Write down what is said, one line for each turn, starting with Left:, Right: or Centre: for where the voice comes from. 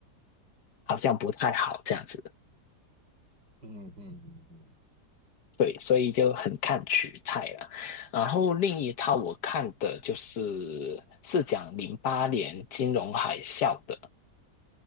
Left: 好像不太好这样子。
Right: 嗯嗯嗯
Left: 对，所以就很看取态了。然后另一套我看的就是是讲零八年金融海啸的，